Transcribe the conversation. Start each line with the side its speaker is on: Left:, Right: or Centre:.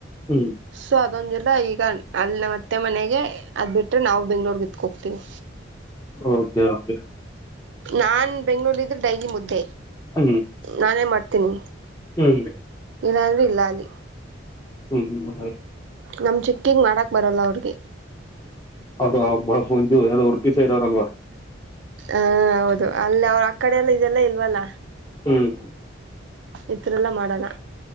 Left: ಹ್ಮ್
Right: ಸೊ ಅದೊಂದ್ ಇರ್ಲ ಇ ಈಗ ಅಲ್ ನಮ್ ಅತ್ತೆ ಮನೆಗೆ ಅದ್ ಬಿಟ್ರೆ ನಾವು ಬೆಂಗ್ಳೂರ್ ಗಿತ್ಕೋಗ್ತೀವಿ.
Left: Okay okay.
Right: ನಾನ್ ಬೆಂಗ್ಗಳೂರ್ಲ್ ಇದ್ರೆ ಡೈಲಿ ಮುದ್ದೆ.
Left: ಹ್ಮ್
Right: ನಾನೇ ಮಾಡ್ ತಿನಿ.
Left: ಹ್ಮ್
Right: ಇಲ್ಲಂದ್ರೆ ಇಲ್ಲ ಅಲ್ಲಿ.
Left: ಹ್ಮ್ ಹ್ಮ ಹ.
Right: ನಮ್ ಚಿಕ್ಕಿಗ್ ಮಾಡಕ್ ಬರಲ್ಲ ಅವ್ರಿಗೆ
Left: ಬಳ ಫುಲ್ದು ಯಾವ್ದೋ ಉಡ್ಪಿ ಸೈ ಸೆರೋರ್ ಅಲ್ವಾ.
Right: ಹ ಹೌದು ಅಲ್ ಅವ್ರ್ ಆ ಕಡೆ ಎಲ್ಲ ಇದೆಲ್ಲಾ ಇಲ್ವಲ್ಲ.
Left: ಹ್ಮ್.
Right: ಇದ್ರೆಲ್ಲಾ ಮಾಡಲ್ಲ.